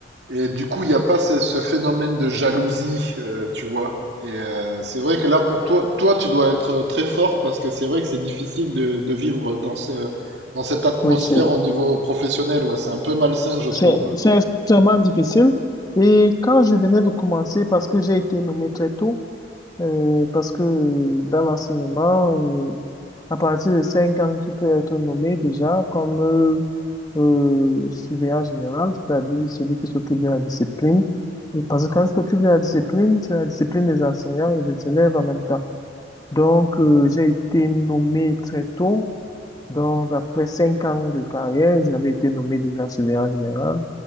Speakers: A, on the right; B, on the left.
A: et du coup, il n'y a pas ce, ce phénomène de jalousie, euh, tu vois. Et euh, c'est vrai que là, pour toi, toi, tu dois être très fort parce que c'est vrai que c'est difficile de, de vivre dans ce, dans cette atmosphère
B: Oui, c'est,
A: au niveau professionnel. Ouais, c'est un peu malsain, je trouve.
B: c'est,
A: Ouais.
B: c'est extrêmement difficile. Et quand je venais de commencer, parce que j'ai été nommé très tôt, Euh, parce que euh, dans l'enseignement, euh, à partir de 5 ans, tu peux être nommé déjà comme euh, euh, surveillant général, c'est-à-dire celui qui s'occupe de la discipline. Et parce que quand tu t'occupes de la discipline, tu as la discipline des enseignants et des élèves en même temps. Donc, euh, j'ai été nommé très tôt. Donc, après 5 ans de carrière, j'avais été nommé déjà surveillant général.